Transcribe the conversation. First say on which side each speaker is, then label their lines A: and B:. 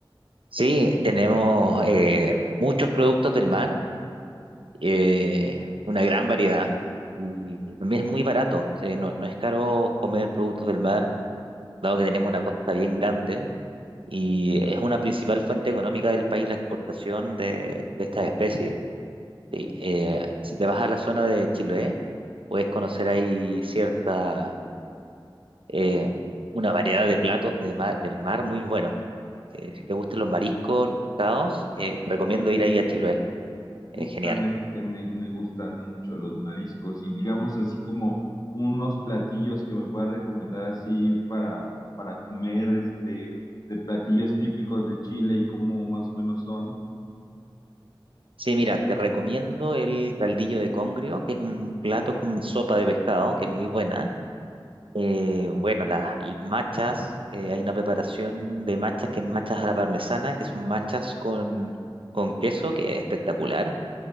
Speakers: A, on the right; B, on the left.
A: Sí, tenemos eh, muchos productos del mar, eh, una gran variedad y también es muy barato, o sea, no, no es caro comer productos del mar, dado que tenemos una costa bien grande y es una principal fuente económica del país la exportación de, de estas especies. Sí, eh, si te vas a la zona de Chiloé, puedes conocer ahí cierta, eh, una variedad de platos de ma- del mar muy buenos. Eh, si te gustan los mariscos, los pescados, eh, te recomiendo ir ahí a Chiloé, es
B: Justamente
A: genial.
B: me, me gustan mucho los mariscos y digamos así como unos platillos que me pueda recomendar así para, para comer este de platillos típicos de Chile y cómo más o menos son
A: Sí, mira, te recomiendo el caldillo de congrio, que es un plato como una sopa de pescado, que es muy buena. Eh, bueno, las las machas, eh, hay una preparación de machas que es machas a la parmesana, que son machas con, con queso, que es espectacular.